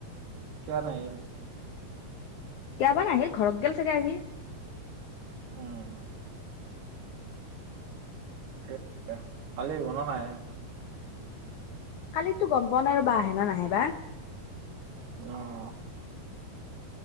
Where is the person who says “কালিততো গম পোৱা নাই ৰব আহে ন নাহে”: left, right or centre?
Left